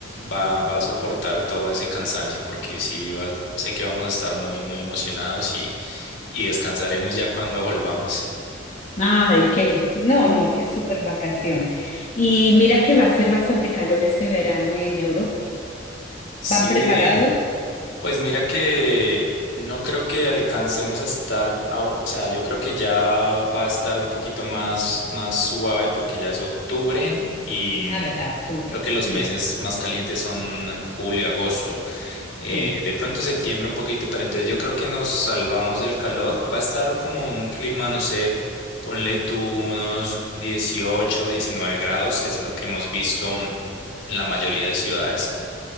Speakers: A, on the left; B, on the left.
A: va, va a soportar todo ese cansancio porque sí, va- sé que vamos a estar muy, muy emocionados y y descansaremos ya cuando volvamos.
B: Ay, qué, no, no, qué súper vacación. Y mira que va a ser bastante calor este verano en Europa.
A: Sí,
B: ¿Van preparados?
A: pues mira que no creo que alcancemos a estar, a- o sea, yo creo que ya va a estar un poquito más, más suave porque ya es octubre y mm,
B: Ah, verdad, octubre,
A: creo que los
B: sí,
A: meses más calientes son julio, agosto. Eh,
B: sí.
A: de pronto septiembre un poquito, pero entonces yo creo que nos salvamos del calor. Va a estar como un clima, no sé, ponle tú unos 18 19 grados, es lo que hemos visto en la mayoría de ciudades.